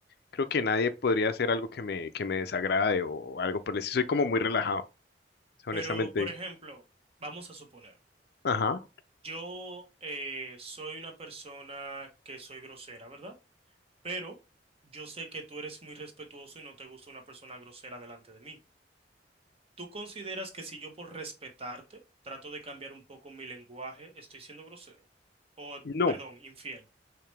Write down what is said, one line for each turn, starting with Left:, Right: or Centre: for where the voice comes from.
Left: creo que nadie podría hacer algo que me, que me desagrade o algo por el estilo. Soy como muy relajado, o sea,
Right: Pero,
Left: honestamente.
Right: por ejemplo, vamos a suponer.
Left: Ajá.
Right: Yo eh, soy una persona que soy grosera, ¿verdad? Pero yo sé que tú eres muy respetuoso y no te gusta una persona grosera delante de mí. ¿Tú consideras que si yo por respetarte trato de cambiar un poco mi lenguaje, estoy siendo grosero? O,
Left: No.
Right: perdón, infiel.